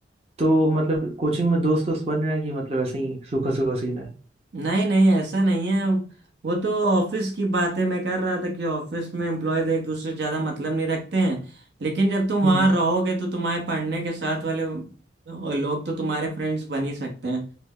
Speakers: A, on the right (about 35°); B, on the right (about 70°).
A: तो मतलब कोचिंग में दोस्त दोस्त बन रहे हैं कि मतलब ऐसे ही सूखा सूखा सीन है
B: नहीं नहीं ऐसा नहीं है वो तो ऑफिस की बातें मैं कर रहा था कि ऑफिस में एम्प्लॉयज एक दूसरे से ज्यादा मतलब नहीं रखते हैं लेकिन जब तुम वहां
A: हम्म
B: रहोगे तो तुम्हारे पढ़ने के साथ वाले वो लोग तो तुम्हारे फ्रेंड्स बन ही सकते हैं